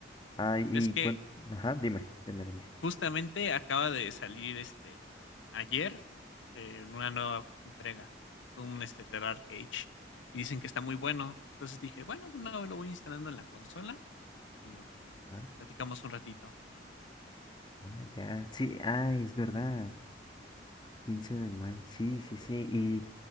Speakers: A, on the left; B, on the left.
A: Ay, y
B: Es que
A: cuen- ajá, dime, dime, dime.
B: justamente acaba de salir este ayer eh, una nueva entrega, Doom este Terrar Cage, y dicen que está muy bueno. Entonces dije, bueno, de una vez lo voy instalando en la consola, en lo que
A: Ah,
B: platicamos un ratito.
A: ah, ya, sí, ay, es verdad, 15 de mayo, sí, sí, sí. ¿Y,